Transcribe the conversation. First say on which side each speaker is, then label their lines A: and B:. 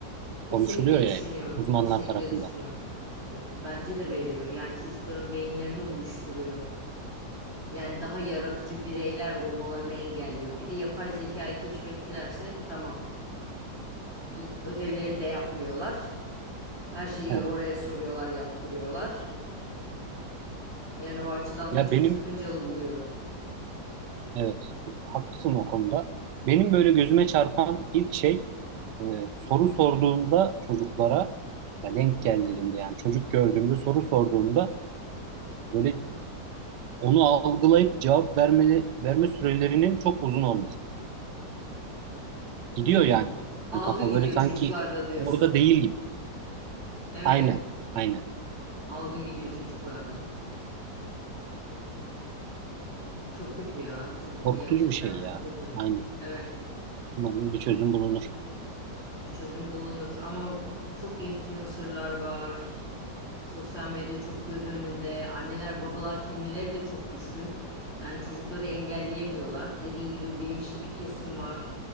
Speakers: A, on the right (about 40°); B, on the right (about 80°).
A: Kesinlikle
B: konuşuluyor ya
A: düşünüyorum.
B: hep uzmanlar
A: Kesinlikle
B: tarafından.
A: düşünüyorum. Ve Bence de veriyor. Yani çocukların beyinlerini uyuşturuyor. Yani daha yaratıcı bireyler olmalarını engelliyor. Bir de yapay zekayı keşfettilerse tamam. İyi, Ödevlerini de yapmıyorlar. Her şeyi
B: Hı hı.
A: oraya soruyorlar, yaptırıyorlar. Yani o açıdan
B: Ya
A: da çok
B: benim
A: sakıncalı buluyorum.
B: Evet, haklısın o konuda. Benim böyle gözüme çarpan ilk şey e, soru sorduğumda çocuklara ya denk geldiğinde yani çocuk gördüğümde soru sorduğumda böyle onu algılayıp cevap vermeli, verme sürelerinin çok uzun olması. Gidiyor
A: Hmm.
B: yani
A: Algı
B: Yani kafa
A: gidiyor
B: böyle sanki
A: çocuklarda diyorsun.
B: orada değil gibi.
A: Evet.
B: Aynen, aynen.
A: Algı gidiyor çocuklarda. Çok kötü ya. Çok kötü
B: Korkutucu
A: gerçekten
B: bir şey
A: çok
B: ya.
A: kötü.
B: Aynen.
A: Evet.
B: Umarım bir çözüm bulunur.
A: Bir çözüm bulunur ama çok influencerlar var. Sosyal medya çok göz önünde. Anneler, babalar kendileri de çok düşkün. Yani çocukları engelleyemiyorlar. Dediğin gibi bilinçli bir kesim var.